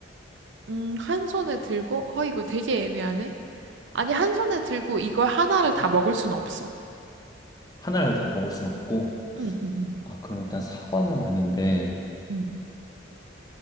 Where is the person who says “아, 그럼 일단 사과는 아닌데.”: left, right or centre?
Left